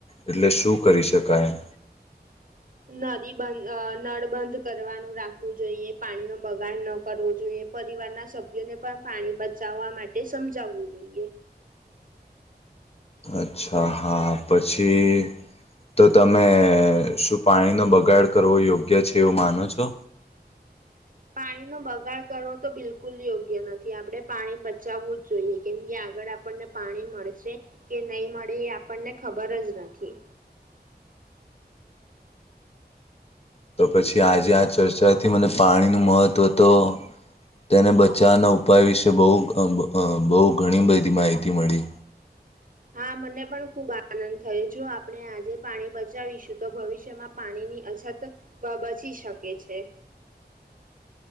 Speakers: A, on the left; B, on the right.
A: એટલે શું કરી શકાય એમ?
B: નદી બંધ અ નળ બંધ કરવાનું રાખવું જોઈએ, પાણી ન બગાડ ન કરવો જોઈએ પરિવાર ના સભ્યોને પણ પાણી બચાવવા માટે સમજાવવું જોઈએ.
A: અચ્છા, હા પછી તો તમે શું પાણીનો બગાડ કરવો યોગ્ય છે, એવું માનો છો?
B: પાણીનો બગાડ કરવો તો બિલકુલ યોગ્ય નથી. આપણે પાણી બચાવવું જ જોઈએ, કેમ કે આગળ આપણને પાણી મળશે કે નહીં મળે એ આપણને ખબર જ નથી.
A: તો પછી આજે આ ચર્ચાથી મને પાણીનું મહત્વ તો તેને બચાવવાના ઉપાય વિશે બહુ અહ બહુ ઘણી બધી માહિતી મળી.
B: હા મને પણ ખુબ આનંદ થયો, જો આપણે આજે પાણી બચાવીશું તો ભવિષ્યમાં પાણીની અછત બ બચી શકે છે.